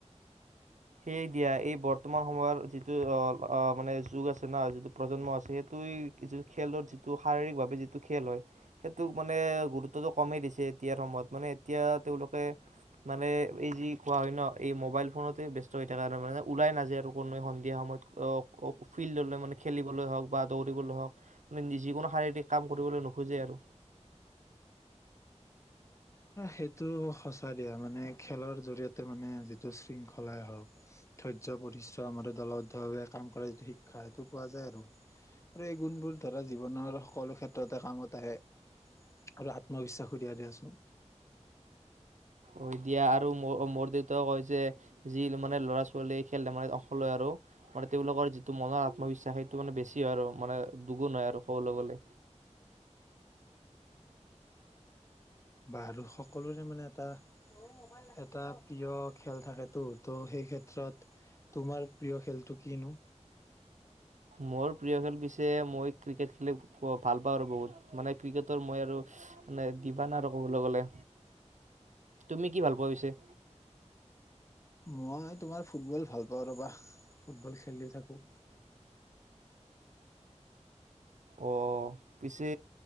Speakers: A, on the right; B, on the left.
A: সেয়ে দিয়া এই বৰ্তমান সময়ৰ যিটো মানে যুগ আছে ন', যিটো প্ৰজন্ম আছে সেইটোৱে খেলত যিটো শাৰীৰিকভাৱে যিটো খেল হয়, সেইটোক মানে গুৰুত্বটো কমেই দিছে, এতিয়াৰ সময়ত মানে এতিয়া তেওঁলোকে মানে এই যি কোৱা হয় ন এই মোবাইল ফোনতে ব্যস্ত এতিয়া', তাৰমানে ওলাই নাযায় আৰু কোনোৱ সন্ধিয়া সময়ত ফিল্ডলৈ, মানে খেলিবলৈ হওঁক বা দৌৰিবলৈ হওক মানে যিকোনো শাৰীৰিক কাম কৰিবলৈ নোখোজে আৰু।
B: সেইটো সঁচা দিয়া মানে খেলৰ জৰিয়তে মানে যিটো শৃংখলাই হওক ধৈৰ্য্য - পৰিশ্ৰম আৰু দলবদ্ধ ভাৱে কাম কৰা যিটো শিক্ষা, সেইটো পোৱা যায় আৰু এই গুণবোৰ ধৰা জীৱনৰ সকলো ক্ষেত্ৰতে কামত আহে আৰু আত্মবিশ্বাস দিয়ে দিয়াচোন।
A: অ', দিয়া আৰু মোৰ', -মোৰ ', দেউতাও কয় যে', যি মানে ল'ৰা-ছোৱালীয়ে খেল-ধেমালিত অংশ লয় আৰু মানে তেওঁলোকৰ যিটো মনৰ আত্মবিশ্বাস সেইটো মানে বেছি হয় আৰু মানে দুগুণ হয় আৰু কবলৈ গ'লে।
B: বা', আৰু সকলোৰে মানে এটা', - এটা', প্ৰিয় খেল থাকেতো ত', সেই ক্ষেত্ৰত তোমাৰ প্ৰিয় খেলটো কিনো?
A: মোৰ প্ৰিয় খেল পিছে মই', ক্ৰিকেট খেলি ভাল পাওঁ। আৰু বহুত মানে ক্ৰিকেটৰ মই আৰু মানে দিবানা আৰু কবলৈ গ'লে, তুমি কি ভাল পোৱা পিছে?
B: মই', তোমাৰ ফুটবল ভাল পাওঁ ৰবা ফুটবল খেলি থাকো।
A: অ', পিছে